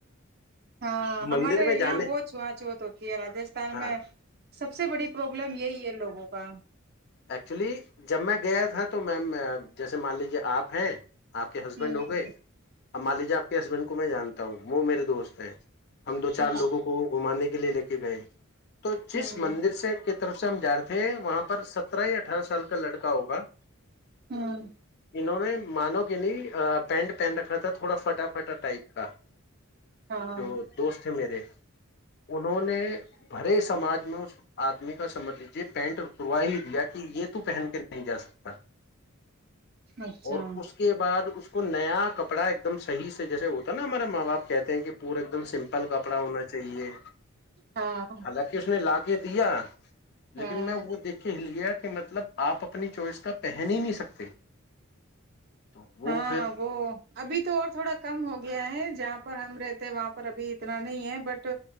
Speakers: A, on the right; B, on the left.
A: ہاں
B: مندر
A: ہمار
B: میں
A: یااں
B: جانے
A: بہچ وچو تو یہ راستھان
B: ہاں
A: میں سب سے بڑی پروابلم یہی ہے لوگ کا
B: ایکچولی جب میں گیا تھا تو میم جیسے مان لیجیے آپ ہیں آپ کے ہسبینڈ
A: ہوں
B: ہو گئے اب ما لیجا آپ کے ہسبینڈ کو میں جانتا ہوں وہ میرے دوست ہیں ہم دو چار
A: ہوں
B: لوگوں کو گھمانے کے لیے لے کہ گئے تو جس
A: ہوں
B: مندر سے کتنے طرف سے ہم جار ہیں وہاں پر س اٹھارہ سال کا لڑکا ہوگا
A: ہوں
B: انہوں ان نے مانو کہ نہیں پینٹ پہن رکھا تھا تھوڑا فٹا فٹا ٹائپ کا
A: ہاں
B: جو دوست ہیں میرے انہوں نے بھرے سماج میں اس آدمی کا سمجھ لیجیے پینٹ سرو ہی دیا یہ تو پہن کے نہیں جا سکتا
A: اچھا
B: اور اس کے بعد اس کو نیا کپڑا ایک دم صحی سے جیسے ہوتا نا ہمارا ماں باپ کہتے ہیں کہ پورک ایک دم سمپل کپڑا ہونا چاہیے
A: ہاں
B: حالکہ اس نے لا کے دیا ج
A: ہاں
B: لیکن میں وہ دیکھ کے ہل گیا کہ مطلب آپ اپنی چوائئس کو کا پہن ہی نہیں سکتے تو وہ
A: ہاں
B: پھر
A: وہ ابھی تو اور تھوڑا کم ہوگیا گیا ہے جہاں پر ہم رہتے ہیں وہاں پر ابھی اتنا نہیں ہے بٹ